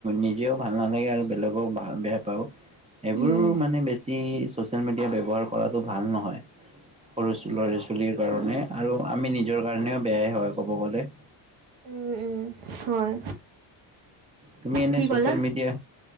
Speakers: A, on the right (about 15°); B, on the right (about 80°).
A: নিজেও ভাল নালাগে আৰু বেলেগেও ভাল বেয়া পাওঁ। এইবোৰ
B: উম
A: মানে বেছি ছ'চিয়েল মিডিয়া ব্যৱহাৰ কৰাটো ভাল নহয়। সৰু ছোঁ ল'ৰা - ছোৱালীৰ কাৰণে আৰু আমি নিজৰ কাৰণেও বেয়াই হয় ক'ব গ'লে।
B: উম উম হয়।
A: তুমি এনে
B: কি
A: চচিয়েল
B: ক'লা?
A: মিডিয়া